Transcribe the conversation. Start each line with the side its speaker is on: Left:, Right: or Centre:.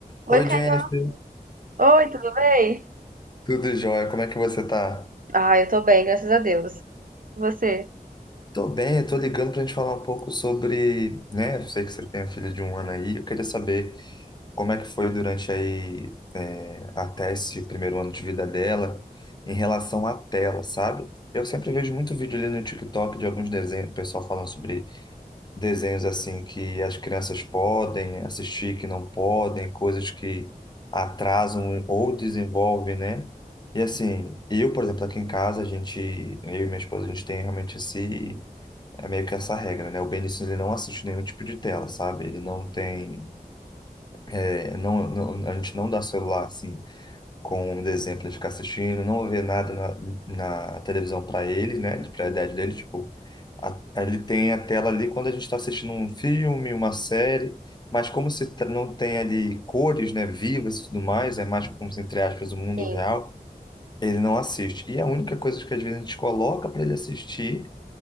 Right: Oi,
Left: Oi,
Right: Caio.
Left: Jennifer.
Right: Oi, tudo bem?
Left: Tudo jóia? Como é que você tá?
Right: Ah, eu tô bem, graças a Deus. E Você?
Left: Tô bem, eu tô ligando pra gente falar um pouco sobre, né? Eu sei que você tem uma filha de um ano aí. Eu queria saber como é que foi durante aí, é, até esse primeiro ano de vida dela, em relação à tela, sabe? Eu sempre vejo muito vídeo ali no TikTok de alguns desenhos, o pessoal falando sobre desenhos assim que as crianças podem assistir, que não podem, coisas que atrasam ou desenvolvem, né? E assim, eu, por exemplo, aqui em casa, a gente, eu e minha esposa, a gente tem realmente esse, é meio que essa regra, né? O Benício, ele não assiste nenhum tipo de tela, sabe? Ele não tem, é, não, não- a gente não dá celular, assim, com o exemplo de ficar assistindo, não ver nada na, na televisão para ele, né, de prioridade dele, tipo, a- ele tem a tela ali quando a gente está assistindo um filme, uma série, mas como se tra- não tem ali cores, né, vivas e tudo mais, é mais como se, entre aspas, o mundo
Right: Sim.
Left: real, ele não assiste. E a única coisa que às vezes a gente coloca para ele assistir